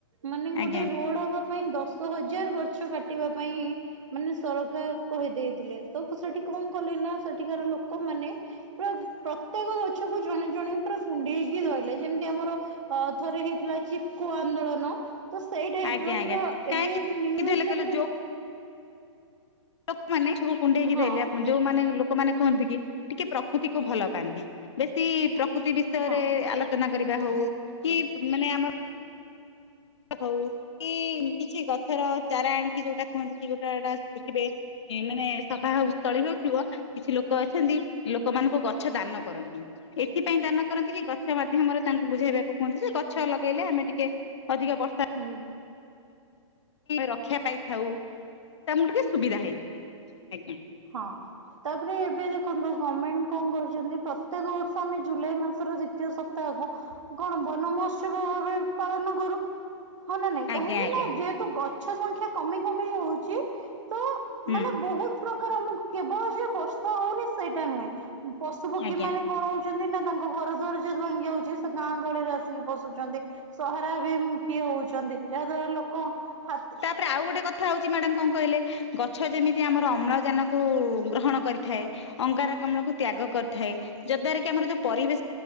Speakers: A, on the right; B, on the left.
A: ମାନେ ଗୋଟେ
B: ଆଜ୍ଞା
A: ରୋଡ ହବା ପାଇଁ ଦଶ ଦଶହଜାର ଗଛ କାଟିବା ପାଇଁ ମାନେ ସରକାର କହିଦେଇଥିଲେ ତ ସେଠି କଣ କଲେ ନା ସେଠିକାର ଲୋକମାନେେ ପୁରା ପ୍ରତ୍ୟେକ ଗଛକୁ ଜଣେ ଜଣେ ପୁରା କୁଣ୍ଢେଇକି ଧଇଲେ। ଯେମତି ଆମର ଅ ଥରେ ହେଇଥିଲା ଚିପ୍କୋ ଆନ୍ଦୋଳନ। ତ ସେଇ ଟାଏଇପ୍
B: ଆଜ୍ଞା
A: ର
B: ଆଜ୍ଞା
A: ପୁରା
B: କାହିଁକି
A: ଏବେ ନ୍ୟୁଜରେ
B: କହିଲେ କହିଲେ
A: ପୁରା
B: ଲୋକମାନେ ସବୁ କୁଣ୍ଡେଇକି
A: ହଁ
B: ଦେଲେ ଆକ୍ ମନ୍। ଯୋଉମାନେ ଲୋକମାନେ କୁହନ୍ତି କି ଟିକେ ପ୍ରକୃତିକୁୁ ଭଲ ପାଆନ୍ତି ବେଶୀ ପ୍ରକୃତି ବି ବିଷୟରେ
A: ହଁ
B: ଆଲୋଚନା କରିବା ହଉ କି ମାନେ ଆମର ହଉ କି କିଛି ଗଛର ଚାରା ଆଣିକି ଯୋଉଟା କୁହନ୍ତି କି ଗୋଟା ଟା ଦେଖିବେ। ମାନେ ସଭାଉ ସ୍ଥଳୀ ହଉଥିବ। କିଛି ଲୋକ ଅଛନ୍ତି ଲୋକ ମାନଙ୍କୁ ଗଛ ଦାନ କରନ୍ତି। ଏଇଥିପାଇଁ ଦାନ କରନ୍ତି କି ଗଛ ମାଧ୍ୟମରେ ତାଙ୍କୁ ବୁଝେଇ ବାକୁ କୁହନ୍ତି ଯେ ଗଛ ଲଗେଇଲେ ଆମେ ଟିକେ ଅଧିକା ବର୍ଷା
A: ହୁଁ।
B: ରକ୍ଷା ପାଇଥାଉ ତ ଆମକୁ ଟିକେ ସୁବିଧା ହେଇ ଆଜ୍ଞା।
A: ହଁ, ତାପରେ ଏବେ ଦେଖନ୍ତୁ ଗମେଣ୍ଟ କଣ କରୁଛନ୍ତି ପ୍ରତ୍ୟେକ ବର୍ଷ ଆମେ ଜୁଲାଇ ମାସରଦି ତୀୟ ସପ୍ତାହକୁ କଣ ବନ ମହୋତ୍ସବ ଭାବେ ପାଳନ କରୁ। ହଁ, ନା ନାଇଁ
B: ଆଜ୍ଞା
A: କାହିଁକି
B: ଆଜ୍ଞା।
A: ନା ଯେହେ ତୁ ଗଛ ସଂଖ୍ୟା କମି, କମି ହଉଛି। ତ
B: ହୁଁ।
A: ମାନେ ବହୁତ ପ୍ରକାର ଆମକୁ କେବଳ ଯେ ବର୍ଷା ହଉନି ସେଇଟା ନୁହେଁ ପଶୁପକ୍ଷୀ
B: ଆଜ୍ଞା।
A: ମାନେ କଣ ହ ଯଦି ନା ତାଙ୍କ ଘର ଦୁଆର ଯେହେତୁ ଭାଙ୍ଗି ଯାଉଚି ସେ ଗାଁ ଗହଳିରେ ଆସିକି ପଶୁଚନ୍ତି। ସହରା ଭିମୁଖୀ ହେଉଚନ୍ତି ଯାହା ଦ୍ୱାରା ଲୋକ ହାତୀ
B: ପ୍ରା ଆଉ ଗୋଟେ କଥା ହଉଛି ମ୍ୟାଡ଼ାମ କଣ କହିଲେ। ଗଛ ଯେମିତି ଆମର ଅମ୍ଳଜାନ କୁ ଗ୍ରହଣ କରିଥାଏ। ଅଙ୍ଗାର କାମ୍ଳକୁ ତ୍ୟାଗ କରିଥାଏ, ଯଦ୍ ଦ୍ଵାରା କି ଆମର ଯୋଉ ପରିବେଶ